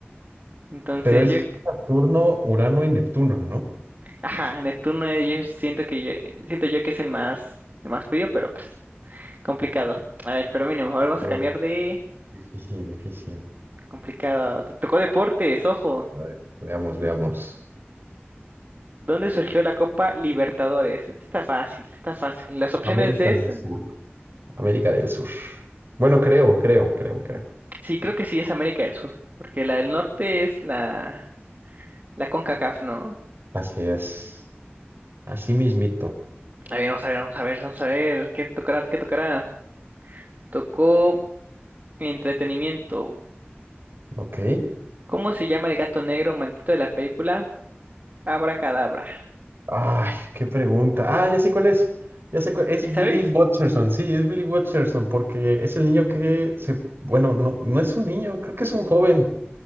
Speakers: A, on the right (about 40°); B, on the right (about 60°).
A: Entonces
B: pero es
A: yo,
B: Saturno, Urano y Neptuno, ¿no?
A: ajá, Neptuno eh, yo siento que yo, eh, siento yo que es el más, el más frío, pero pues complicado. A ver, pero mínimo, ahora vamos
B: Oh,
A: a cambiar de
B: difícil, difícil.
A: complicado. Te tocó deportes, ojo.
B: A ver, veamos, veamos.
A: ¿Dónde surgió la Copa Libertadores? Esta está fácil, está fácil. Las opciones
B: América
A: es,
B: del Sur. América del Sur. Bueno, creo, creo, creo, creo.
A: sí, creo que sí es América del Sur. Porque la del norte es la La CONCACAF, ¿no?
B: Así es. Así mismito.
A: A ver, vamos a ver, vamos a ver, vamos a ver. ¿Qué tocará? ¿Qué tocará? Tocó entretenimiento.
B: Ok.
A: ¿Cómo se llama el gato negro maldito de la película? Abracadabra.
B: Ay, qué pregunta. Ah, ya sé cuál es. Ya sé cuál es
A: ¿Sí sabes?
B: Billy Butcherson. Sí, es Billy Butcherson porque es el niño que se, bueno, no, no es un niño, creo que es un joven.